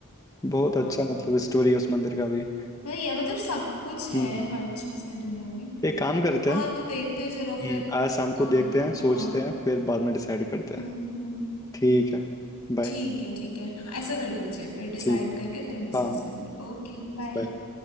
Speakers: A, on the left (about 15°); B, on the left (about 85°).
A: बहुत
B: वाह
A: अच्छा मतलब स्टोरी है उस मंदिर का भी
B: वही है मतलब सब कुछ है
A: हम्म
B: हर चीज है दुनिया में
A: एक काम करते
B: हाँ
A: हैं
B: तो देखते हैं चलो
A: हम्म,
B: फिर
A: आज शाम
B: कहाँ
A: को देखते
B: का
A: हैं सोचते
B: हाँ
A: हैं फिर बाद में डिसाइड करते
B: हम्म
A: हैं
B: हम्म हम्म।
A: ठीक है बाय
B: ठीक है ठीक है हाँ ऐसा कर लीजिए फिर डिसाइड
A: ठीक
B: करके फिर हम डिस्कस
A: हाँ
B: करेंगे Okay bye
A: bye।